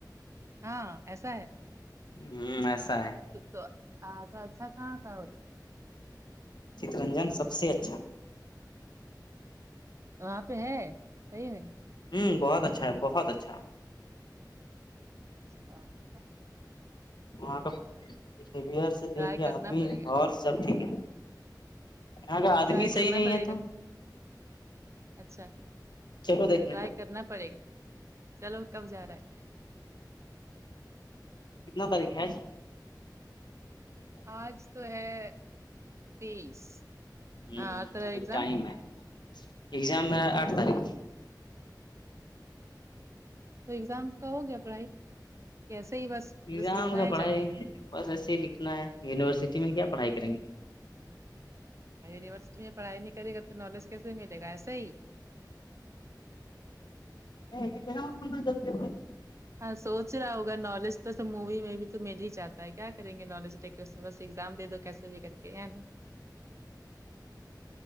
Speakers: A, on the right; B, on the left.
A: ہاں ایسا ہے
B: ھمم ایسا ہے
A: تو تو اچھا کہاں کا ہوتا ہے
B: چترنجن سب سے اچھا
A: وہاں پے ہے صحیح میں
B: ہوں بہت اچھا ہے بہت اچھا
A: <unintelligible>
B: وہاں کا بیہویر سے لے
A: ٹرائی
B: کے
A: کرنا
B: آدمی
A: پڑے
B: ماحول
A: گا
B: سب ٹھیک ہے یہاں کا آدمی
A: ٹرائی کرنا
B: صحیح نہیں
A: پڑے
B: ہے تو
A: گا اچھا
B: چلو دیکھنے
A: ٹرائی کرنا پڑے گا چلو کب جا رہا ہے
B: کتنا تاریخ ہے آج
A: آج تو ہے تیس
B: ہمم
A: ہاں اور تیرا
B: ابھی
A: ایگزام
B: ٹائم ہے ایگزام میرا آٹھ تاریخ
A: ایگزام کا ہو گیا پڑھائی کے ایسے ہی بس
B: ایگزام
A: بس لکھنا
B: کا
A: ہے
B: پڑھائی
A: جا کے
B: بس ایسے ہی لکھنا ہے یونیورسٹی میں کیا پڑھائی کریں گے
A: یونیورسٹی میں پڑھائی نہیں کرے گا تو نالج کیسے ملے گا ایسے ہی
B: ہے کہ ہو جلدی جلی <unintelligible>
A: ہاں سوچ رہا ہوگا نالج تو سب مووی میں بھی تو مل ہی جاتا ہے کیا کریں گے نالج تو بس ایگزام دے دو کیسے بھی کر کے ہے نا